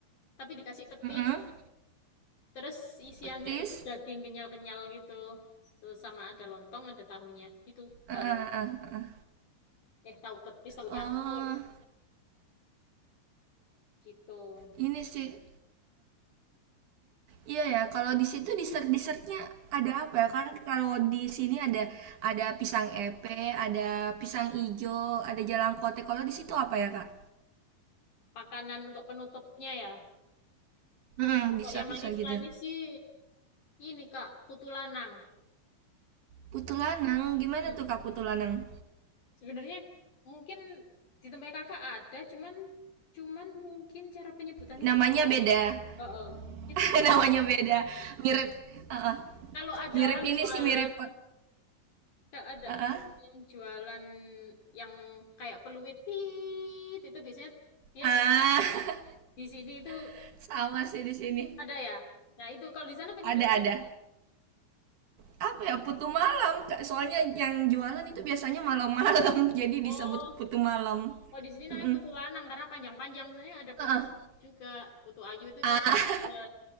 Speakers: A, on the left (about 50°); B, on the right (about 60°).
A: tapi dikasih petis.
B: mm-mm.
A: Terus isiannya
B: Petis.
A: itu daging kenyal-kenyal gitu. Terus sama ada lontong, ada tahunya. Itu
B: Ah,
A: tahu
B: ah, ah, ah. ah.
A: eh tahu petis, tahu
B: Oh,
A: campur gitu.
B: ini sih. Iya ya, kalau di situ dessert dessertnya ada apa ya? Kan kalau di sini ada ada pisang epe, ada pisang ijo, ada jalan kote. Kalau di situ apa ya, Kak?
A: Makanan untuk penutupnya ya.
B: Hmm,
A: Kok
B: dessert
A: yang manis-manis
B: dessert gitu.
A: sih ini, Kak, putu lanang.
B: Putu lanang, gimana
A: Hmm.
B: tuh Kak Putu lanang?
A: Sebenarnya mungkin di tempat kakak ada, cuman cuman mungkin cara penyebutannya
B: namanya
A: beda.
B: beda
A: Oh, oh. Itu
B: <laughs>
A: putulan.
B: namanya beda mirip uh-uh.
A: Kalau ada
B: mirip
A: orang
B: ini
A: jualan,
B: sih mirip
A: kalau ada
B: uh-uh.
A: orang yang jualan yang kayak peluit tit, itu biasanya dia
B: ah
A: di, di sini itu
B: <laughs> sama sih di sini
A: ada ya. Nah, itu kalau di sana penyebutannya
B: ada ada apa ya putu malam Kak. soalnya yang jualan itu biasanya malam-malam <laughs> jadi disebut
A: oh,
B: putu malam
A: kalau di sini namanya
B: Mm-mm.
A: putu lanang karena panjang-panjang. Misalnya ada
B: Uh-uh.
A: putu ayu juga. Putu ayu itu
B: ah
A: kan eh,